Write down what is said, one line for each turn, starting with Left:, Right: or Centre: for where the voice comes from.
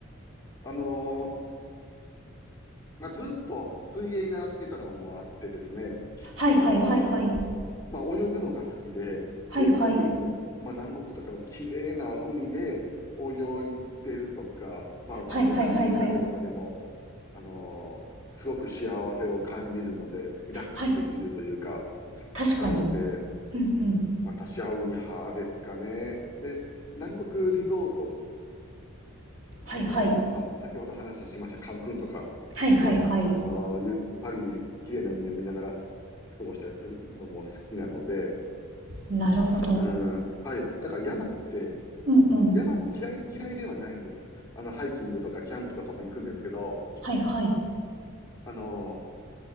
Left: あのーまあ、ずっと水泳習ってたのもあってですね。
Right: はいはいはいはい。
Left: あのーまあ、泳ぐのが好きで、
Right: はいはい。
Left: で、特に、まあ、南国とかの綺麗な海で泳いでるとか、まあ、ただ浮かんでるだけとかでも、
Right: はいはいはいはい。
Left: あのーすごく幸せを感じるので、リラックスできるというか、
Right: はい。確かに。
Left: なので、
Right: うんうん。
Left: 私は海派ですかね。で、南国リゾート
Right: はいはい。
Left: とかが、まあ、先ほど話しましたカンクンとか
Right: はいはいはい。
Left: で、あのーゆったり綺麗な海を見ながら過ごしたりするのも好きなので、
Right: なるほど。
Left: うん、はい。なんか山って、
Right: うんうん。
Left: 山も嫌い、嫌いではないんです。あの、ハイキングとかキャンプとかも行くんですけど、
Right: はいはい。
Left: あのー